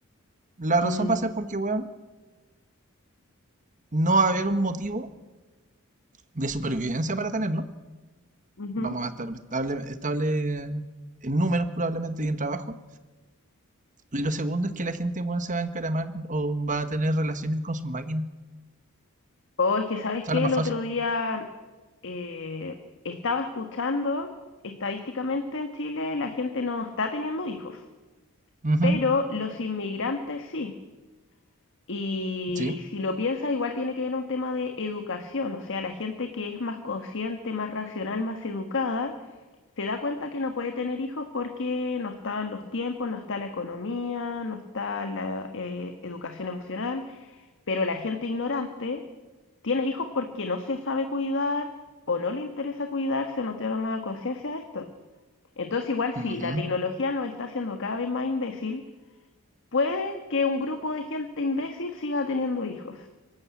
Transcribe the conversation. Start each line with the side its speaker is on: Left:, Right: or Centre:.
Right: La razón
Left: Mm,
Right: va a ser porque, weón, no va a haber un motivo de supervivencia para tenerlo.
Left: ujú.
Right: Vamos a estar estable, estable en números probablemente y en trabajo. Y lo segundo es que la gente, weón, se va a encaramar o va a tener relaciones con sus máquinas.
Left: Oh, es que, ¿sabes
Right: Sale
Left: qué?
Right: más
Left: El otro
Right: fácil.
Left: día eh, estaba escuchando, estadísticamente en Chile la gente no está teniendo hijos,
Right: Ujú,
Left: pero los inmigrantes sí. Y
Right: Sí.
Left: si lo piensas, igual tiene que ver un tema de educación, o sea, la gente que es más consciente, más racional, más educada, se da cuenta que no puede tener hijos porque no están los tiempos, no está la economía, no está la eh, educación emocional, pero la gente ignorante tiene hijos porque no se sabe cuidar o no le interesa cuidarse, no toma conciencia de esto. Entonces, igual si
Right: ujú.
Left: la tecnología nos está haciendo cada vez más imbécil, puede que un grupo de gente imbécil siga teniendo hijos.